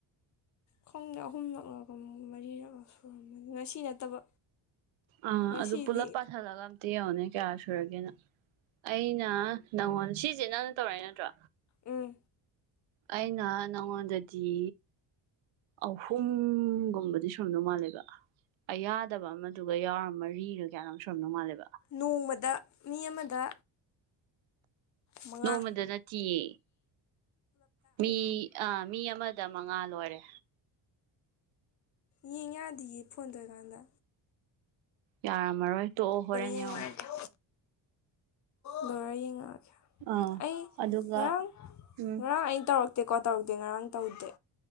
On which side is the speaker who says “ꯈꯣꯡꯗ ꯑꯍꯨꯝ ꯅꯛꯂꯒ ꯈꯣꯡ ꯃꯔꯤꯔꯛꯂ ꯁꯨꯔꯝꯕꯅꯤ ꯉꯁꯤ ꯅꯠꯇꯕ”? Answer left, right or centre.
Left